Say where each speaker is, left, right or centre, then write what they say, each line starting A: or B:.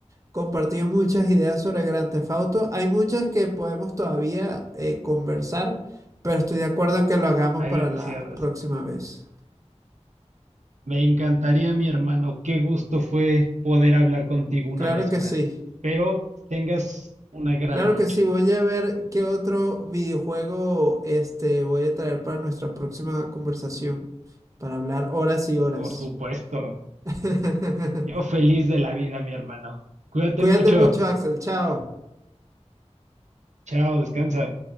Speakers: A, on the right (about 25°); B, on the right (about 80°).
A: compartido muchas ideas sobre Grand Theft Auto. Hay muchas que podemos todavía eh, conversar, pero estoy de acuerdo en que lo hagamos
B: Hay
A: para
B: demasiadas.
A: la próxima vez.
B: Me encantaría, mi hermano. Qué gusto fue poder hablar contigo una
A: Claro
B: vez
A: que
B: más.
A: sí.
B: Espero tengas una gran
A: Claro
B: noche.
A: que sí. Voy a ver qué otro videojuego este, voy a traer para nuestra próxima conversación, para hablar horas y horas.
B: Por supuesto.
A: <laughs>
B: Yo feliz de la vida, mi hermano. Cuídate
A: Cuídate
B: mucho.
A: mucho, Axel. Chao.
B: Chao, descansa.